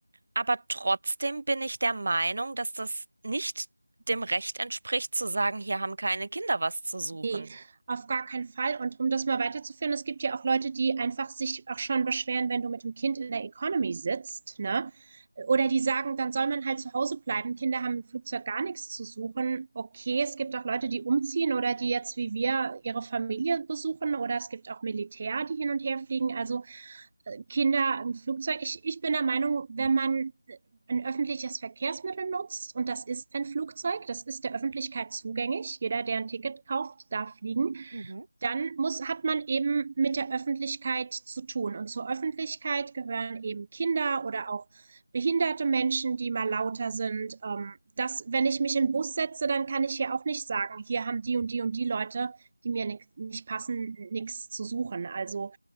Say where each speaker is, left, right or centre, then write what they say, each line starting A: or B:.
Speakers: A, on the right; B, on the right.
A: Aber trotzdem bin ich der Meinung, dass das nicht dem Recht entspricht, zu sagen, hier haben keine Kinder was zu suchen.
B: nee, auf gar keinen Fall. Und um das mal weiterzuführen, es gibt ja auch Leute, die einfach sich auch schon beschweren, wenn du mit dem Kind in der Economy sitzt, ne? Oder die sagen, dann soll man halt zu Hause bleiben. Kinder haben im Flugzeug gar nichts zu suchen. Okay, es gibt auch Leute, die umziehen oder die jetzt wie wir ihre Familie besuchen oder es gibt auch Militär, die hin und her fliegen. Also Kinder im Flugzeug. Ich, ich bin der Meinung, wenn man äh, ein öffentliches Verkehrsmittel nutzt, und das ist ein Flugzeug, das ist der Öffentlichkeit zugänglich, jeder, der ein Ticket kauft, darf fliegen,
A: Mhm.
B: dann muss, hat man eben mit der Öffentlichkeit zu tun. Und zur Öffentlichkeit gehören eben Kinder oder auch behinderte Menschen, die mal lauter sind. Ähm, das, wenn ich mich in den Bus setze, dann kann ich hier auch nicht sagen, hier haben die und die und die Leute, die mir nicht, nicht passen, nichts zu suchen. Also